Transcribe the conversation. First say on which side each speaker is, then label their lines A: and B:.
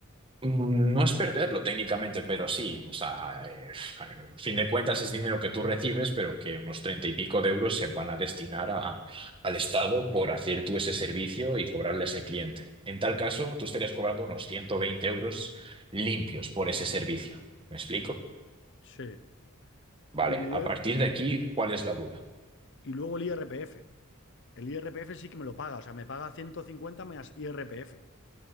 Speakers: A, on the right; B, on the left.
A: Mm, No es perderlo técnicamente, pero sí, o sea, a eh, a fin de cuentas es dinero que tú recibes, pero que unos treinta y pico de euros se van a destinar a- al Estado por hacer tú ese servicio y cobrarle a ese cliente. En tal caso, tú estarías cobrando unos 120 euros limpios por ese servicio. ¿Me explico?
B: Sí.
A: Vale,
B: Y luego,
A: a partir de aquí, ¿cuál es la duda?
B: y luego el IRPF. El IRPF sí que me lo paga, o sea, me paga 150 más IRPF.